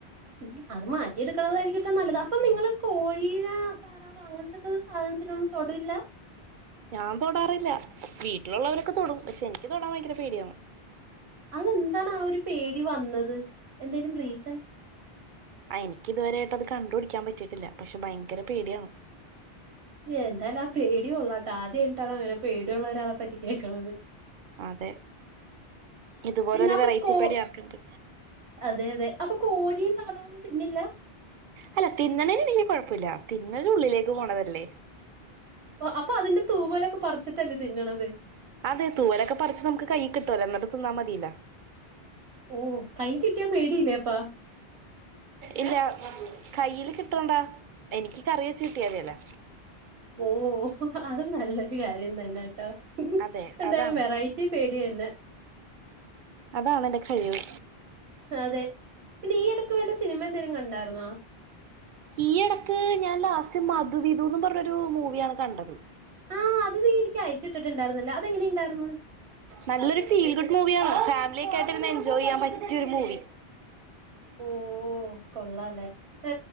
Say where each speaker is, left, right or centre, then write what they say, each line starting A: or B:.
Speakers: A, on the right (about 80°); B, on the right (about 60°).
A: ഉം അത് മാറ്റി എടുക്കണതായിരിക്കും ട്ടാ നല്ലത് അപ്പൊ നിങ്ങള് കോഴീന അങ്ങനത്തെക്കെ സാധനത്തിലൊന്നും തൊടില്ല
B: ഞാൻ തൊടാറില്ല വീട്ടിലുള്ളവരൊക്കെ തൊടും പക്ഷെ എനിക്ക് തൊടാൻ ഭയങ്കര പേടിയ
A: അതെന്താണ് ആ ഒരു പേടി വന്നത് എന്തേലും റീസൺ
B: ആ എനിക്ക് ഇതുവരയിട്ട് അത് കണ്ട്പിടിക്കാൻ പറ്റിയിട്ടില്ല പക്ഷെ ഭയങ്കര പേടിയാണ്
A: എന്തായാലും ആ പേടികൊള്ളാട്ടോ ആദ്യായിട്ടാണ് അങ്ങനെ പേടിയുള്ള ഒരാളെ പറ്റി കേൾക്കണത്
B: അതെ ഇതുപോലരു
A: പിന്നെ അപ്പൊ
B: വെറൈറ്റിപ്പേടി
A: കോ
B: ആർക്കുണ്ട്
A: അതെ അതെ അപ്പൊ കോഴിയും താറാവൊന്നും തിന്നില്ല
B: അല്ല തിന്നണേന് എനിക്ക് കുഴപ്പമില്ല തിന്നല് ഉള്ളിലേക്ക് പോണതല്ലേ
A: ഓഹ് അപ്പൊ അതിന്റെ തൂവലൊക്കെ പറച്ചിട്ടല്ലേ തിന്നണത്
B: അതെ തൂവലൊക്കെ പറിച്ച് നമുക്ക് കൈയി കിട്ടുവല്ലോ എന്നിട്ട് തിന്നാ മതില്ലൊ
A: ഓഹ് കൈ കിട്ടിയാ പേടില്ലേപ്പാ
B: ഇല്ല കയ്യില് കിട്ടണ്ടാ എനിക്ക് കറിവെച്ച് കിട്ടിയാമതിയല്ലോ
A: ഓഹ് അത് നല്ലൊരു കാര്യം തന്നാട്ടോ
B: അതെ
A: എന്തായാലും
B: അതാണ്
A: വെറൈറ്റി പേടിയന്നെ
B: അതാണന്റെ കഴിവ്
A: അതെ പിന്നെഈ ഇടക്ക് വല്ല സിനിമ എന്തെലും കണ്ടാർന്ന
B: ഈ എടക്ക് ഞാൻ ലാസ്റ്റ് മധുവിധുന്നും പറഞ്ഞൊരു മൂവിയാണ് കണ്ടത്
A: ആ അത് നീ എനിക്ക് അയച്ചിട്ടിട്ട്ണ്ടാർന്നില്ല അതെങ്ങനെ ഇണ്ടാർന്ന്
B: നല്ലൊരു ഫീൽ ഗുഡ് മൂവിയാണ് ഫാമിലിയൊക്കെ ആയിട്ട് ഇരുന്ന് എൻജോയ് ചെയ്യാൻ പറ്റിയൊരു മൂവി
A: ഓഹ് കൊള്ളാല്ലേ ഏ,